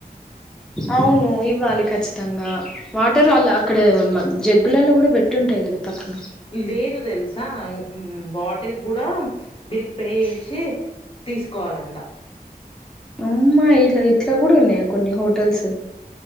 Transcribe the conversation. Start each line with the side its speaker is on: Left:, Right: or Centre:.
Centre: అవును ఇవ్వాలి కఖచ్చి మొత్తంగా వాటర్ వాళ్ల అక్కడ జగ్గులలో కూడా పెట్టి ఉంటాయి కదా పక్కన
Left: లేదు తెలుసా బాటిల్ కూడా బిల్ పే చేసి తీసుకోవాలంట
Centre: అమ్మా ఇలా ఇట్లా కూడా ఉన్నాయా కొన్ని హోటల్స్